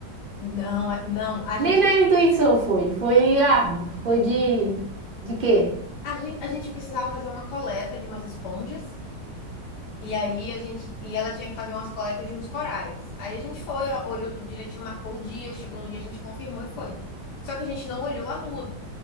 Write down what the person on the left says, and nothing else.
Não, é- não, a gente,
a gente, a gente precisava fazer uma coleta de umas esponjas E aí a gente, e ela tinha que fazer umas coletas de uns corais. Aí a gente foi, ó, olhou tudo direitinho, marcou o dia, chegou no dia, a gente confirmou e foi. Só que a gente não olhou a lua.